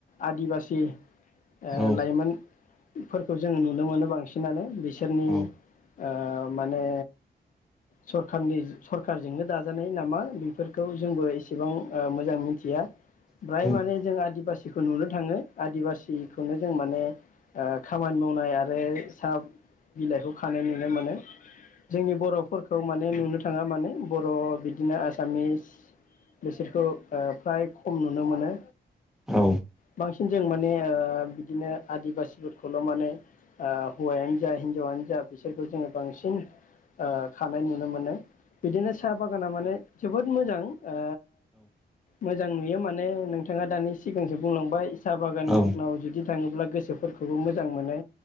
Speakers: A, on the left (about 50°); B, in the centre.
A: आदिबासि। ओ
B: औ
A: लाइमोन। फोरखौ जोङो नुनो मोनो बांसिनानो बि सोरनि
B: औ
A: ओ माने सरखारनि सरखारजोंनो दाजानाय नामा बेफोर। खौ जोंबो एसेबां। ओ मोजां मिथिया।
B: औ
A: ब्राय माने जों आदिबासि। <unintelligible> नुनो थाङो आदिबासिखौनो जों माने ओ खामानि मावनाय आरो साहा बिलाइखौ खानाय नु नो मोनो जोंनि बर'फोरखौ माने नुनो थाङा माने बर' बिदिनो आसामिस बिसोरखौ ओ फ्राय खम नुनो मोनो
B: औ
A: बांसिन जों माने ओ बिदिनो आदिबासिफोरखौल' माने ओ हौवायानो जा हिनजावानो जा बिसोर सोरखौ जोङो बांसिन ओ खानाय नुनो मोनो। बिदिनो साहा बागाना माने जोबोद मोजां। ओ मोजां नुयो माने नोंथाङा दानि सिगांसो बुंलांबाय साहा बागानाव
B: औ
A: जुदि थाङोब्ला गोसोफोरखौबो मोजां मोनो।